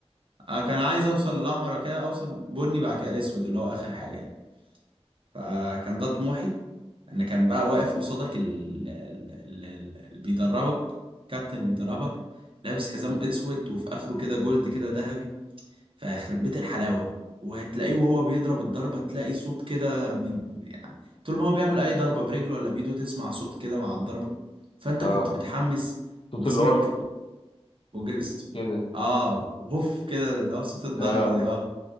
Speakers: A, on the right (about 50°); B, on the left (about 55°).
A: انا كان عايز اوصل الاحمر وبعد كده اوصل بني بعد كده اسود اللي هو اخر حاجة يعني فكان ده طموحي ان كان بقى واقف قصادك ال- ال- ال- ال- اللي بيدربك كابتن بيدربك لابس حزام اسود وفي اخره كده جولد كده ذهبي فيخرب بيت الحلاوه وتلاقيه وهو بيضرب الضربه تلاقي صوت كده من يعني طول ما هو بيعمل اي ضربه برجله ولا بايده تسمع صوت كده مع الضربه فانت
B: اه
A: كنت متحمس
B: صوت
A: وجسمك
B: اللي هو الف-
A: وجسم
B: كده
A: اه غف كده اللي هو صوت الضربه
B: اه
A: دي اه